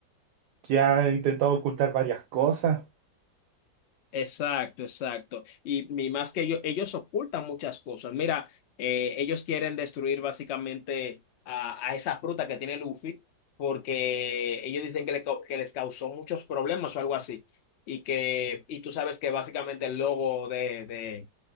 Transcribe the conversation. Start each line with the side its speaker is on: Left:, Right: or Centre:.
Right: que ha intentado ocultar varias cosas.
Left: Exacto, exacto. Y, y más que ellos, ellos ocultan muchas cosas. Mira, eh, ellos quieren destruir básicamente a, a esa fruta que tiene Luffy porque ellos dicen que, le cau- que les causó muchos problemas o algo así. Y que, y tú sabes que básicamente el logo de, de,